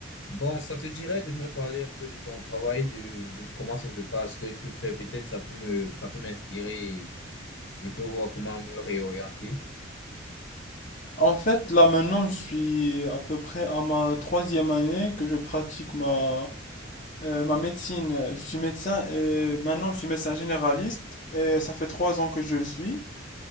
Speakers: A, on the left; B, on the left.
A: Bon, ça te dirait de me parler un peu de ton travail, de, de comment ça se passe, ce que tu fais, peut-être ça peut me, ça peut m'inspirer et je peux voir comment me réorienter.
B: En fait, là maintenant, je suis à peu près à ma troisième année que je pratique ma, euh, ma médecine. Je suis médecin et maintenant je suis médecin généraliste et ça fait trois ans que je le suis.